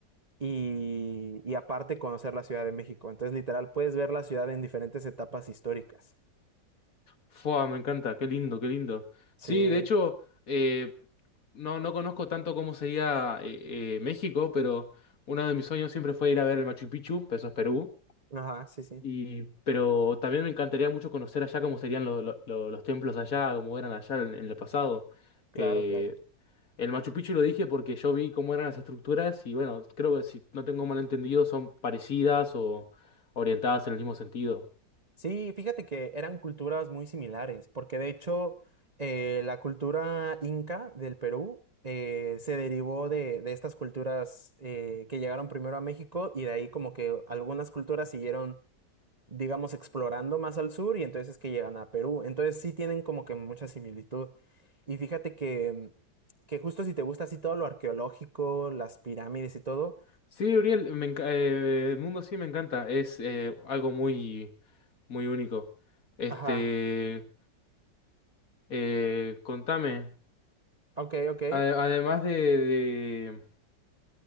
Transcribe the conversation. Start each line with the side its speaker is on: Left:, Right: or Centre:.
Right: y, y aparte conocer la Ciudad de México. Entonces, literal, puedes ver la ciudad en diferentes etapas históricas.
Left: Fua, me encanta, qué lindo, qué lindo.
Right: Sí,
Left: Sí, de hecho, eh, no, no conozco tanto cómo sería eh, eh, México, pero uno de mis sueños siempre fue ir a ver el Machu Picchu, pero eso es Perú.
Right: ajá, sí, sí,
Left: Y, pero también me encantaría mucho conocer allá cómo serían lo- lo- lo- los templos allá, cómo eran allá en, en el pasado.
Right: claro,
Left: Eh,
Right: claro.
Left: el Machu Picchu lo dije porque yo vi cómo eran las estructuras y bueno, creo que si no tengo mal entendido son parecidas o orientadas en el mismo sentido.
Right: Sí, fíjate que eran culturas muy similares, porque de hecho eh, la cultura inca del Perú eh, se derivó de, de estas culturas eh, que llegaron primero a México y de ahí como que algunas culturas siguieron, digamos, explorando más al sur y entonces es que llegan a Perú. Entonces sí tienen como que mucha similitud. Y fíjate que, que justo si te gusta así todo lo arqueológico, las pirámides y todo,
Left: Sí, Uriel, me enca- eh, el mundo sí me encanta, es eh, algo muy, muy único. Este,
Right: ajá,
Left: eh, contame,
Right: ok, ok.
Left: ade- además de,